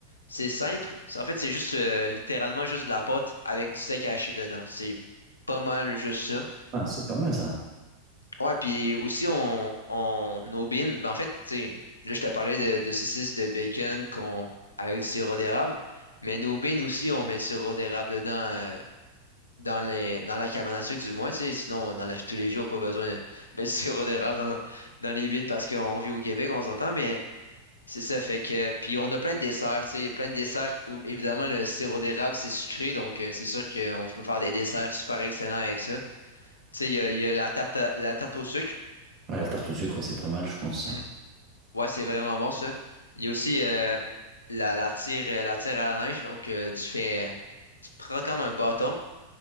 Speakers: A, on the left; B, on the right.
A: c'est simple. C'est- En fait, c'est juste euh, littéralement juste de la pâte avec du steak haché dedans. C'est pas mal juste ça.
B: Ah, c'est pas mal ça.
A: Ouais, puis aussi on, on aubine. Ben, en fait, tu sais, là je te parlais de, de saucisses de bacon qu'on avec du sirop d'érable, mais nos bines aussi on met du sirop d'érable dedans euh, dans les dans la cabane à sucre du moins, tu sais, sinon dans la vie de tous les jours pas besoin de mettre du sirop d'érable dans, dans les bines parce qu'on vit au Québec, on s'entend, mais c'est ça, fait que. Puis on a plein de desserts, tu sais, plein de desserts où évidemment le sirop d'érable, c'est sucré, donc euh, c'est sûr qu'on peut faire des desserts super excellents avec ça. Tu sais, il y a, il y a la tarte à- la tarte au sucre.
B: Ouais, la tarte au sucre, c'est pas mal, je pense ça.
A: Mm. Ouais, c'est vraiment bon ça. Il y a aussi euh, la, la tire, euh, la tire à la neige, donc euh, tu fais. Tu prends comme un bâton,